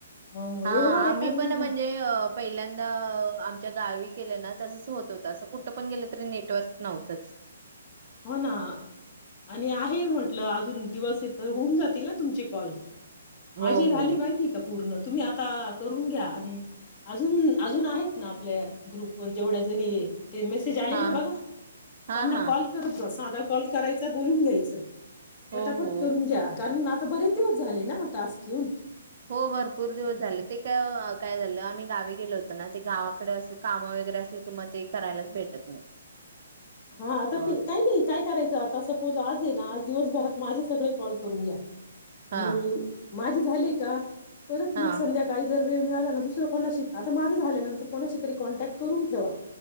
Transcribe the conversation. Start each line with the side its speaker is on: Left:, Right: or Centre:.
Left: मग
Right: हा
Left: एवढं वैतागली
Right: आम्ही पण म्हणजे पहिल्यांदाम गावी केल्या ना तसच होत होत असं कुठ पण गेलं तरी नेटवर्क नव्हतं
Left: हो ना आणि आहे म्हटलं अजून दिवस येत तर होऊन जातील ना तुमचे कॉल माझी
Right: हो
Left: झाली
Right: हो
Left: माहिती हाय का पूर्ण तुम्ही आता करून घ्या आणि अजून अजून आहेत ना आपल्या ग्रुपवर जेवढ्या जणी ते मेसेज आलेली
Right: हा
Left: आहे बघा
Right: हा
Left: त्यांना
Right: हा
Left: कॉल ब साधा कॉल करायचा बोलून घ्यायचं पटापट
Right: हो हो
Left: करून घ्या कारण आ बरेच दिवस झाले टास्क घेऊन
Right: हो भरपूर दिवस झाले ते काय काय झालं आम्ही गावी गेल होत ना ते गावाकडे असं काम वगैरे असेल क मग ते करायलाच भेटत नाही
Left: हा आता
Right: अ
Left: ते काय नाही? काय करायचं आता असं? हो आज आहे ना आज दिवसभरात माझे सगळे कॉल करून घ्या.
Right: हा
Left: <inaudible> माझे झाले का परत
Right: हा
Left: मग संध्याकाळी जर वेळ मिळाला ना दुसर कोणाशी आता माझं झाल्या नंतर कोणाशी तरी कॉन्टॅक्ट करून ठेवा.